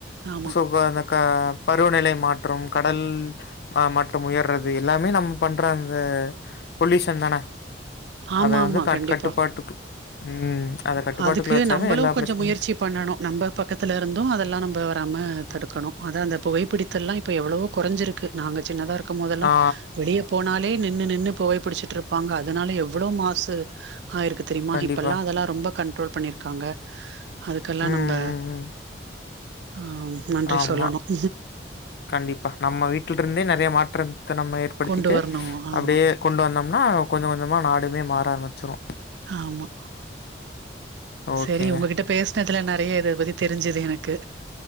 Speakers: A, on the right; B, on the left.
A: ஆமா ஆமா
B: சோ ப அந்த கா பருவநிலை மாற்றம் கடல் ஆ மட்டம் உயர்ரது இது எல்லாமே நம்ம பண்ற அந்த பொல்யூஷன் தான
A: ஆமா
B: அத வந்து
A: ஆமா
B: கட்
A: கண்டிப்பா
B: கட்டுப்பாட்டுக்கு ம் அத கட்டுப்பாட்டுக்குள்ள
A: அதுக்கு
B: வச்சாவே
A: நம்பளு
B: எல்லா
A: கொஞ்சோ
B: பிரச்சனையும்
A: முயற்சி
B: சு-
A: பண்ணணு நம்ப பக்கத்துல இருந்து அதெல்லா நம்ப தாம தடுக்கணு அதா அந்த புகைப்பிடித்தல்லா இப்ப எவுளவோ கொறஞ்சிருக்கு நாங்க சின்னதா இரு க்குமோதெல்லா
B: ஆ
A: வெளிய போனாலே நின்னு நின்னு புகைபிடிச்சுட்ருப்பாங்க அதனால எவ்வுளோ மாசு ஆய்ருக்கு தெரிமா
B: கண்டிப்பா.
A: இப்பல்லா அதெல்லா ரொம்ப கண்ட்ரோல் பண்ணிர்க்காங்க அதுக்கல்லா
B: ம், ம்,
A: நம்ப
B: ம்.
A: ஆ நன்றி
B: ஆமா
A: சொல்லணும்.
B: கண்டிப்பா நம்ம வீட்டுல் இருந்தே நெறைய மா ற்றுத்த நம்ம ஏற்படுத்திட்டு
A: கொண்டு வரணும். ஆமா,
B: அப்டியே கொண்டு வந்தோம்னா கொஞ்சொ கொஞ்சமா நாடுமே மாற ஆர்மிச்சுரு
A: ஆமா
B: ஓகேங்க.
A: சரி உங்ககிட்ட பேஸ்னதுல நறைய இத பத்தி தெரிஞ்சுது எனக்கு